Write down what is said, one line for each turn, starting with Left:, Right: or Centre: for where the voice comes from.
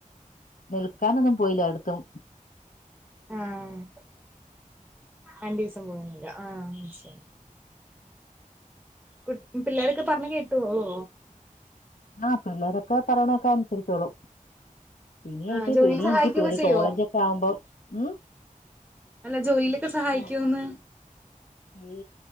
Left: നിൽക്കാനൊന്നും പോയില്ലായിടത്തും.
Centre: ആഹ് രണ്ടിസം പോവാനില്ല ആഹ് മനസ്സിലായി കു പിള്ളേരൊക്കെ പറഞ്ഞ കേട്ടോളോ
Left: ആഹ് പിള്ളേരൊക്കെ പറയണൊക്കെ അനുസരിച്ചോളു. പിന്നെ
Centre: ആഹ്
Left: എനിക്ക്
Centre: ജോലിയിൽ
Left: പിന്നെ
Centre: സഹായിക്കൊക്കെ
Left: എനിക്ക് പേടി
Centre: ചെയ്യോ
Left: കോളേജ് ഒക്കെ ആവുമ്പോ ഉം
Centre: അല്ല ജോലിയിലൊക്കെ സഹായിക്കുവോന്ന്
Left: ഓ, ഈ